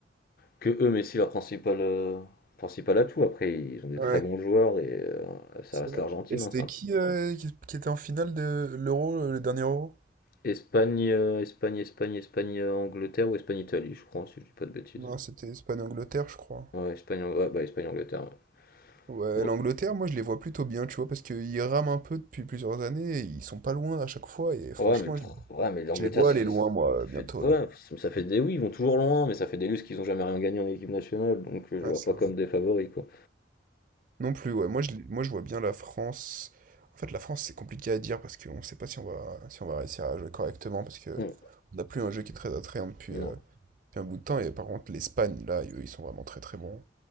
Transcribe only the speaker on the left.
que eux, Messi, leur principal euh, principal atout. Après, ils ont des
très bons joueurs et euh, ça
reste
l'Argentine,
hein, c'est un
Espagne, euh, Espagne, Espagne, Espagne, euh, Angleterre ou Espagne, Italie, je crois, si je dis pas de bêtises.
Ouais, Espagne, Ang- ouais, bah, Espagne, Angleterre.
Ouais,
Oh, Ouais, mais, le pro-
ouais, mais l'Angleterre,
ça
fait,
ça
fait,
ouais,
ça fait des, oui, ils vont toujours loin, mais ça fait des lustres qu'ils ont jamais rien gagné en équipe nationale, donc euh, je
les vois
pas
comme des favoris, quoi.
Non,
non.